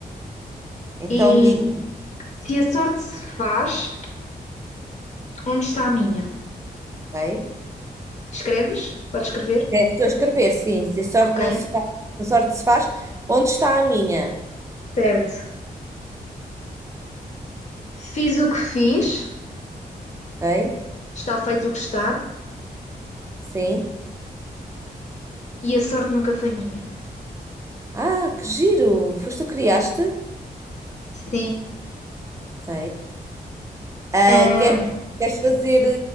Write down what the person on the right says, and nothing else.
Então
diz,
ok?
É, estou a escrever, sim, se a sorte
não se faz, se a sorte se faz, onde está a minha?
Ok?
Sim.
Ah, que giro! Foste tu que criaste?
Ok. Ah,
quer, queres fazer